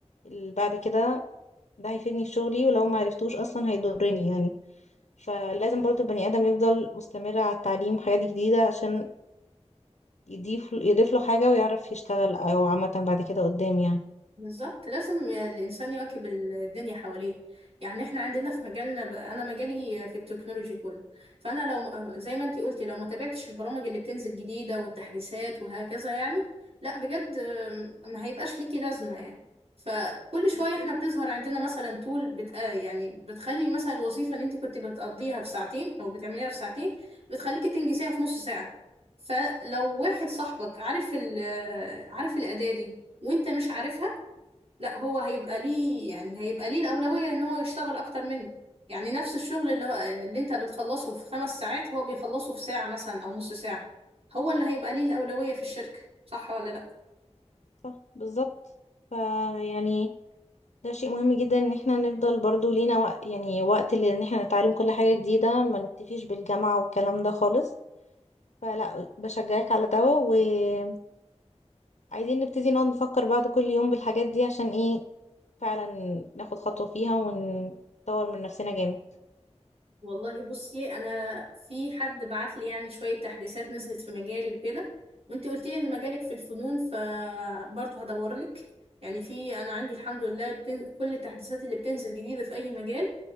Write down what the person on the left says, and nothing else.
ال- بعد كده ده هيفيدني في شغلي ولو ما عرفتوش اصلا هيضرني يعني فلازم برضو البني ادم يفضل مستمر على التعليم حاجات جديدة عشان يضيف يضيف له حاجة ويعرف يشتغل او عامة بعد كده قدام يعني
بالظبط
صح بالظبط فيعني ده شيء مهم جدا ان احنا نفضل برضو لينا وقت يعني وقت ل- ان احنا نتعلم كل حاجة جديدة ما نكتفيش بالجامعة والكلام ده خالص فلا بشجعك على ده وعايزين نبتدي نقعد نفكر بعض كل يوم بالحاجات دي عشان ايه فعلا ناخد خطوة فيها ونطور من نفسنا جامد